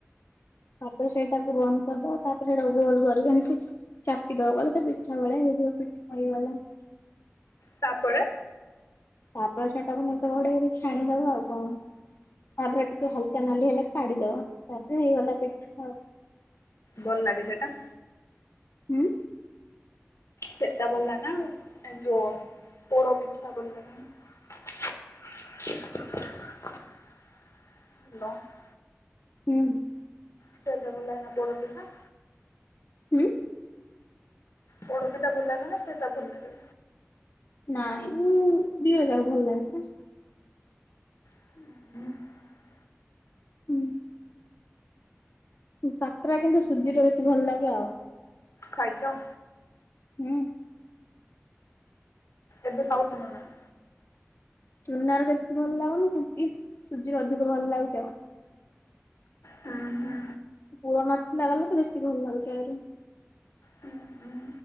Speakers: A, on the left; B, on the left.
A: ତାପରେ ସେଇଟାକୁ ବନ୍ଦ କରିଦେବ ତାପରେ ସେଇଟାକୁ ଗୋଲ କରିକି <unintelligible> ଚାପିଦବ ଭଲସେ ପିଠା ଭଳିଆ ହେଇଯିବ ପିଠା ହେଇଗଲା।
B: ତାପରେ
A: ତାପରେ ସେଟାକୁ ନିତ ଘୋଡେଈକି ଛାଣିଦବ ଆଉ କଣ। ତାପରେ ଟିକେ ହାଲକା ନାଲି ହେଲେ କାଢିଦବ ତାପରେ ହେଇଗଲା ପିଠା ଆଉ।
B: ଭଲ ଲାଗେ ସେଟା।
A: ଉଁ।
B: ସେଟା ଭଲ ନା ଏ ଯୋଉ ପୋଡ ପିଠା ଭଲ ଲାଗେ। ହାଲୋ
A: ହୁଁ
B: ସେଟା ଭଲ ଲାଗେନା ପୋଡ଼ ପିଠା।
A: ହୁଁ
B: ପୋଡ଼ ପିଠା ଭଲ ଲାଗେ ନା ସେଇଟା ଭଲ ଲାଗେ।
A: ନାଇଁ ଉ ଦିଟା ଯାକ ଭଲ ଲାଗେ ତ।
B: <unintelligible>
A: ହୁଁ। କାକରା କିନ୍ତୁ ସୁଜିରେ ବେଶୀ ଭଲ ଲାଗେ ଆଉ।
B: ଖାଇଛ?
A: ହୁଁ।
B: ଏବେ ଖାଉଛନା ନା ନାହିଁ।
A: ଚୁନାର ଯେତିକି ଭଲ ଲାଗୁନି ସେମତିି ସୁଜିରୁ ଅଧିକ ଭଲ ଲାଗୁଛି?
B: ହୁଁ ହୁଁ।
A: ପୁଅ ନଥିଲା ବାଲା ତ ବେଶୀ ଭଲ ଲାଗୁଛି ଆଉରି।
B: ହୁଁ ହୁଁ।